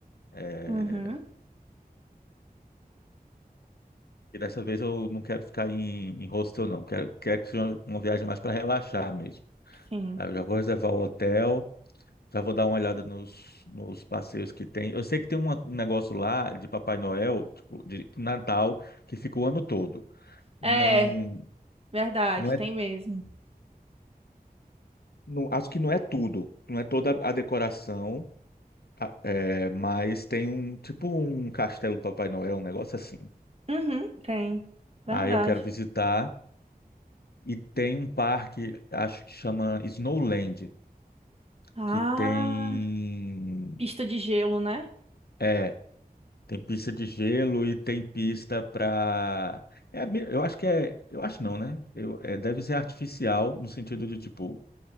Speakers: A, on the left; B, on the right.
A: É,
B: Uhum,
A: e dessa vez eu não quero ficar em, em hostel, não. Quero, quero que seja uma viagem mais para relaxar mesmo.
B: sim.
A: Aí eu já vou reservar o hotel, já vou dar uma olhada nos, nos passeios que tem. Eu sei que tem um negócio lá de Papai Noel, tipo, de Natal, que fica o ano todo. Não,
B: É, verdade,
A: não é.
B: tem mesmo.
A: Não, acho que não é tudo, não é toda a decoração, a- é, mas tem um tipo um castelo do Papai Noel, um negócio assim.
B: Uhum, tem. Verdade.
A: Aí eu quero visitar e tem um parque, acho que chama Snowland,
B: Ah,
A: que tem
B: pista de gelo, né?
A: é, é, tem pista de gelo e tem pista para eu acho que é, eu acho não, né? Eu, é, deve ser artificial no sentido de tipo